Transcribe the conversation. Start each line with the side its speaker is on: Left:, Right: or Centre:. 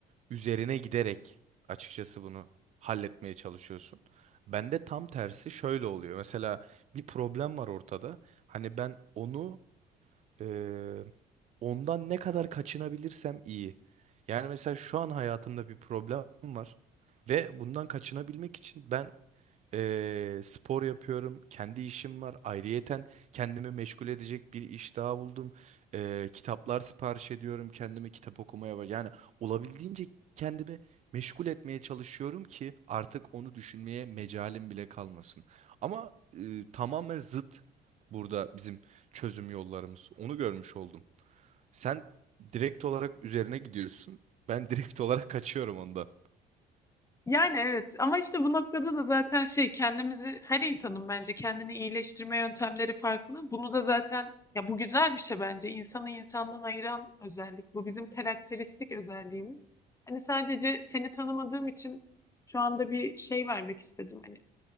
Right: üzerine giderek açıkçası bunu halletmeye çalışıyorsun. Bende tam tersi şöyle oluyor. Mesela bir problem var ortada. Hani ben onu eee, ondan ne kadar kaçınabilirsem iyi. Yani mesela şu an hayatımda bir problem var ve bundan kaçınabilmek için ben Eee, spor yapıyorum. Kendi işim var. Ayrıyeten kendimi meşgul edecek bir iş daha buldum. Eee, kitaplar sipariş ediyorum. Kendime kitap okumaya bak Yani olabildiğince kendimi meşgul etmeye çalışıyorum ki artık onu düşünmeye mecalim bile kalmasın. Ama eee, tamamen zıt burada bizim çözüm yollarımız. Onu görmüş oldum. Sen direkt olarak üzerine gidiyorsun. Ben direkt <laughs> olarak kaçıyorum onda.
Left: Yani evet ama işte bu noktada da zaten şey kendimizi her insanın bence kendini iyileştirme yöntemleri farklı. Bunu da zaten ya bu güzel bir şey bence. İnsanı insandan ayıran özellik. Bu bizim karakteristik özelliğimiz. Hani sadece seni tanımadığım için şu anda bir şey vermek istedim. Hani